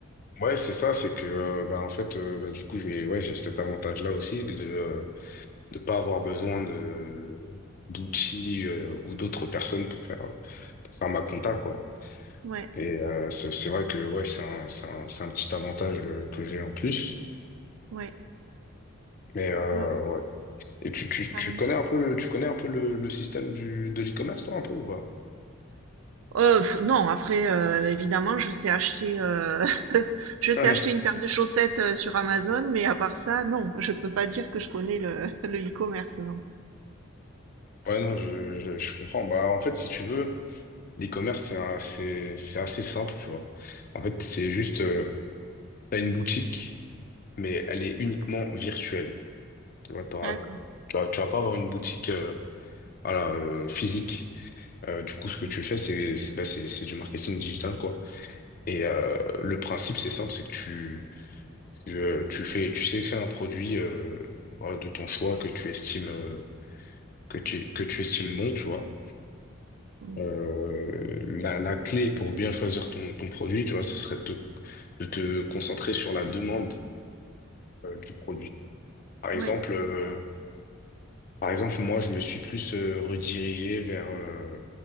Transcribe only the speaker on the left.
Ouais, c'est ça, c'est que euh, bah en fait euh, bah, du coup j'ai ouais, j'ai cet avantage-là aussi de euh, de pas avoir besoin de d'outils euh, ou d'autres personnes pour faire pour faire ma compta quoi.
Et euh, c'est c'est vrai que ouais, c'est un c'est un c'est un petit avantage euh, que j'ai en plus.
Mais euh,
ouais. Et tu tu
tu connais un peu le, tu connais un peu le, le système du de l'e-commerce toi un peu ou pas?
<laughs>
Ouais, non, je, je, je comprends. Bah, en fait, si tu veux, l'e-commerce, c'est un- c'est, c'est assez simple, tu vois. En fait, c'est juste, euh, t'as une boutique, mais elle est uniquement virtuelle. Tu vois, t'auras-
tu vas, tu vas pas avoir une boutique, euh, voilà, euh, physique. Euh, du coup,
ce que tu fais, c'est, c'est, bah, c'est, c'est du marketing digital, quoi. Et, euh, le principe, c'est simple, c'est que tu, tu, euh, tu fais, tu sélectionnes un produit, euh, voilà, de ton choix que tu estimes, euh, que tu, que tu estimes bon, tu vois.
Euh, la, la clé pour bien choisir ton, ton produit, tu vois, ce serait de te, de te concentrer sur la demande euh, du produit. Par exemple,
euh, par exemple, moi, je me suis plus euh, redirigé vers euh,